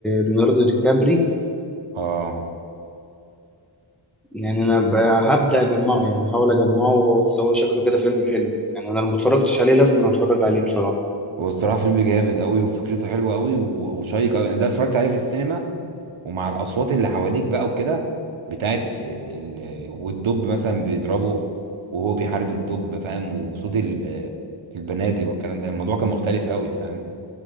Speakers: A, in the centre; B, on the right.
A: ليوناردو دي كابري
B: اه
A: يعني أنا ب- هبدأ أجمعه يعني هحاول أجمعه بس هو شكله كده فيلم حلو يعني أنا لو متفرجتش عليه لازم أتفرج عليه بصراحة
B: والصراحه فيلم جامد قوي وفكرته حلوه قوي وشيق قوي ده اتفرجت عليه في السينما ومع الاصوات اللي حواليك بقى وكده بتاعت ال... ال... والدب مثلا بيضربه وهو بيحارب الدب فاهم وصوت ال... البنادق والكلام ده الموضوع كان مختلف قوي فاهم